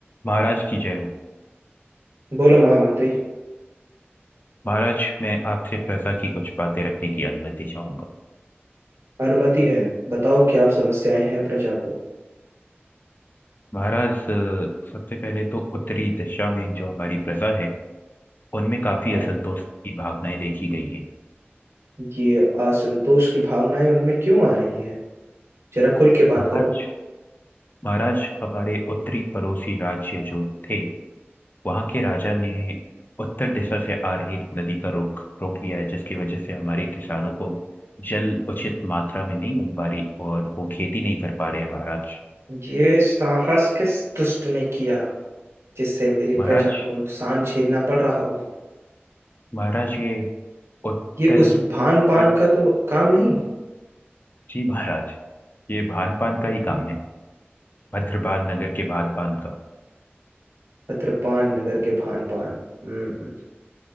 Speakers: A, on the left; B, on the right.
A: महाराज की जय हो
B: बोलो महामंत्री
A: महाराज मैं आपसे प्रजा की कुछ बातें रखने की अनुमति चाहूंगा
B: अनुमति है बताओ क्या समस्याएं हैं प्रजा को
A: महाराज अ, सबसे पहले तो उत्तरी दिशा में जो हमारी प्रजा है उनमें काफी
B: हाँ।
A: असंतोष की भावनाएं देखी गई है
B: ये असंतोष की भावनाएं उनमें क्यों आ रही है जरा खुल के बात
A: महाराज
B: करो
A: महाराज हमारे उत्तरी पड़ोसी राज्य जो थे वहां के राजा ने उत्तर दिशा से आ रही नदी का रोक रोक लिया है जिसकी वजह से हमारे किसानों को जल उचित मात्रा में नहीं मिल पा रही और वो खेती नहीं कर पा रहे हैं महाराज
B: ये साहस किस दुष्ट ने किया जिससे मेरी
A: महाराज
B: प्रजा को नुकसान झेलना पड़ रहा हो
A: महाराज ये उत्तर
B: ये उस भान पान
A: अच्छा,
B: का तो काम नहीं
A: जी महाराज ये भान पान का ही काम है भद्रपाल नगर के भान पान का
B: अत्रपान नगर के भान पान हम्म